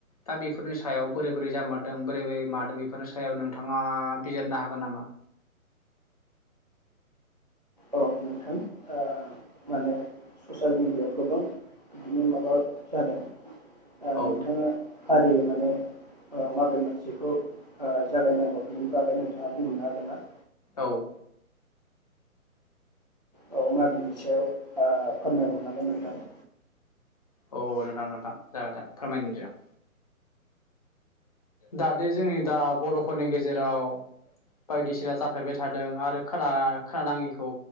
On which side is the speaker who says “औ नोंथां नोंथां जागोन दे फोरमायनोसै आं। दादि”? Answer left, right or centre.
Left